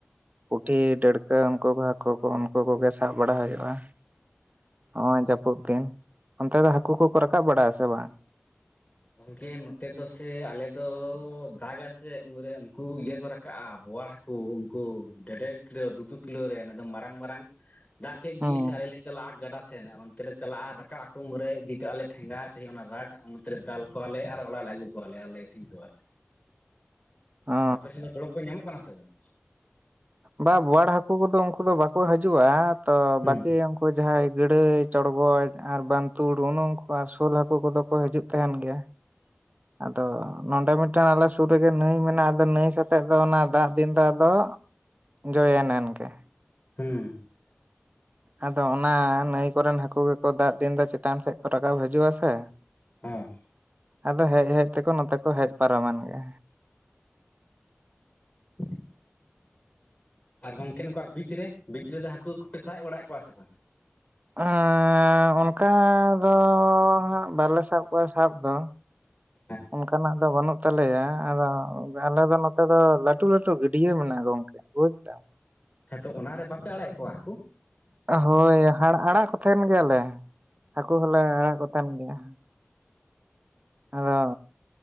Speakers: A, on the right; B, on the left.
A: ᱯᱩᱴᱷᱤ ᱰᱟᱹᱲᱠᱟᱹ ᱩᱱᱠᱩ ᱠᱚ ᱦᱟᱹᱠᱩ ᱠᱚ ᱩᱱᱠᱩ ᱠᱚᱜᱮ ᱥᱟᱵ ᱵᱟᱲᱟ ᱦᱩᱭᱩᱜᱼᱟ ᱾ ᱦᱚᱸᱜᱼᱚᱭ ᱡᱟᱹᱯᱩᱫ ᱫᱤᱱ ᱚᱱᱛᱮ ᱫᱚ ᱦᱟᱹᱠᱩ ᱠᱚᱠᱚ ᱨᱟᱠᱟᱵ ᱵᱟᱲᱟᱭᱼᱟ ᱥᱮ ᱵᱟᱝ?
B: ᱜᱚᱢᱠᱮ ᱱᱚᱛᱮ ᱫᱚ ᱥᱮ ᱟᱞᱮ ᱫᱚ ᱫᱟᱜᱟ ᱥᱮ ᱩᱱᱨᱮ ᱩᱱᱠᱩ ᱤᱭᱟᱹ ᱠᱚ ᱨᱟᱠᱟᱵᱼᱟ ᱵᱚᱣᱟᱲ ᱦᱟᱠ ᱩ ᱩᱱᱠᱩ ᱜᱮᱰᱮᱨ ᱠᱤᱞᱳ ᱫᱩᱫᱩ ᱠᱤᱞᱳ ᱨᱮ ᱮ ᱟᱫᱚ ᱢᱟᱨᱟᱝ ᱢᱟᱨᱟᱝ, ᱫᱟᱜᱠᱮᱜ
A: ᱦᱩᱸ
B: ᱜᱤᱥᱮ ᱟᱞᱮ ᱪᱟᱞᱟᱜᱼᱟ ᱾ ᱜᱟᱰᱟ ᱥᱮᱱ ᱟᱨ ᱚᱱᱛᱮ ᱞᱮ ᱪᱟᱞᱟᱜᱼᱟ ᱨᱟᱠᱟᱵ ᱟᱠᱚ ᱩᱱᱨᱮ ᱤᱫᱤ ᱠᱟᱜᱼᱟ ᱞᱮ ᱴᱷᱮᱸᱜᱟ ᱪᱟᱦᱤ ᱚᱱᱟ ᱨᱟᱰ ᱟᱫᱚ ᱫᱟᱞ ᱠᱚᱣᱟᱞᱮ ᱟᱨ ᱚᱲᱟᱜ ᱞᱮ ᱟᱹᱜᱩ ᱠᱚᱣᱟᱮ ᱟᱨᱞᱮ ᱤᱥᱤᱱ ᱠᱚᱣᱟ,
A: ᱚ
B: ᱟᱯᱮ ᱥᱮᱱ ᱫᱚ ᱛᱚᱲᱚᱜ ᱠᱚ ᱧᱟᱢᱚᱜ ᱠᱟᱱᱟ ᱥᱮ ᱵᱟᱝ?
A: ᱵᱟ ᱵᱚᱭᱟᱲ ᱦᱟᱹᱠᱩ ᱠᱚᱫᱚ ᱩᱱᱠᱩ ᱫᱚ ᱵᱟᱠᱚ ᱦᱤᱡᱩᱜᱼᱟ ᱛᱚ
B: ᱦᱩᱸ
A: ᱵᱟᱠᱤ, ᱩᱱᱠᱩ ᱡᱟᱦᱟᱸᱭ ᱜᱟᱹᱲᱟᱹᱭ ᱪᱚᱲᱜᱚᱡ ᱟᱨ ᱵᱟᱱᱛᱩᱲ ᱩᱱᱩ ᱩᱱᱠᱩ ᱟᱨ ᱥᱳᱞ ᱦᱟᱹᱠᱩ ᱠᱚᱫᱚ ᱠᱚ ᱦᱤᱡᱩᱜ ᱛᱟᱦᱮᱱ ᱜᱮᱭᱟ ᱾ ᱟᱫᱚ ᱱᱚᱸᱰᱮ ᱢᱤᱫᱴᱮᱱ ᱟᱞᱮ ᱥᱩᱨ ᱨᱮᱜᱮ ᱱᱟᱹᱭ ᱢᱮᱱᱟᱜᱼᱟ ᱟᱫᱚ ᱱᱟᱹᱭ ᱥᱟᱳᱛᱮᱜ ᱫᱚ ᱚᱱᱟ ᱫᱟᱜ ᱫᱤᱱ ᱫᱚ ᱟᱫᱚ, ᱡᱚᱭᱮᱱ ᱮᱱ ᱜᱮ ᱾
B: ᱦᱩᱸᱻ᱾ <inaudible>
A: ᱟᱫᱚ ᱚᱱᱟ ᱱᱟᱹᱭ ᱠᱚᱨᱮᱱ ᱦᱟᱹᱠᱩ ᱜᱮᱠᱚ ᱫᱟᱜ ᱫᱤᱱ ᱫᱚ ᱪᱮᱛᱟᱱ ᱥᱮᱫ ᱠᱚ ᱨᱟᱠᱟᱵ ᱦᱤᱡᱩᱜ-ᱟ ᱥᱮ
B: ᱦᱮᱸᱻ᱾
A: ᱟᱫᱚ ᱦᱮᱡ ᱦᱮᱡ ᱛᱮᱠᱚ ᱱᱚᱛᱮ ᱠᱚ ᱦᱮᱡ ᱯᱟᱨᱚᱢᱮᱱ ᱜᱮ
B: <unintelligible> ᱟᱨ ᱜᱚᱝᱠᱮ ᱱᱚᱝᱠᱟ ᱵᱤᱪ ᱨᱮ ᱵᱤᱪ ᱨᱮᱫᱚ ᱦᱟᱹᱠᱩ ᱠᱚᱯᱮ ᱥᱟᱵ ᱵᱟᱲᱟ ᱠᱚᱣᱟ ᱥᱮ ᱵᱟᱝ?
A: ᱮᱸᱻᱚᱱᱠᱟ ᱫᱚ ᱦᱟᱜ ᱵᱟᱞᱮ ᱥᱟᱵ ᱠᱚᱣᱟ ᱥᱟᱵ ᱫᱚ᱾
B: <inaudible>
A: ᱚᱱᱠᱟᱱᱟᱜ ᱫᱚ ᱵᱟᱹᱱᱩᱜ ᱛᱟᱞᱮᱭᱟ ᱟᱫᱚ ᱟᱞᱮ ᱫᱚ, ᱱᱚᱛᱮ ᱫᱚ ᱞᱟᱹᱴᱩ ᱞᱟᱹᱴᱩ ᱜᱟᱹᱰᱭᱟᱹ ᱢᱮᱱᱟᱜᱼᱟ ᱜᱚᱝᱠᱮ ᱵᱩᱡ ᱫᱟᱢ᱾
B: ᱦᱮᱸᱛᱚ ᱚᱱᱟᱨᱮ ᱵᱟᱯᱮ ᱟᱲᱟᱜᱮᱫ ᱠᱚᱣᱟ ᱦᱟᱠᱳ?
A: ᱦᱳᱭ ᱟᱲᱟᱜ ᱠᱚ ᱛᱟᱦᱮᱸᱱ ᱜᱮᱭᱟᱞᱮ ᱦᱟᱹᱠᱩ ᱦᱚᱸᱞᱮ ᱟᱲᱟᱜ ᱠᱚ ᱛᱟᱦᱮᱸᱱ ᱜᱮᱭᱟ᱾ ᱟᱫᱚ